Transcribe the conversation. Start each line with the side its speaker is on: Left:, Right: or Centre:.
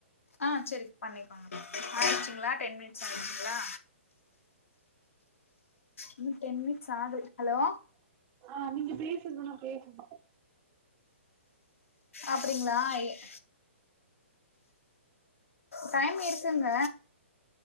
Left: ஆ செரி பண்ணிக்கோங்க ஆயிடுசிங்ளா டென் மினிட்ஸ் ஆயிடுசிங்ளா இன்னு டென் மினிட்ஸ் சாடு ஹலோ
Right: ஆ நீங்க பேசறதெல்லா கேக்குது
Left: அப்டிங்களா எ டைம் இருகுங்க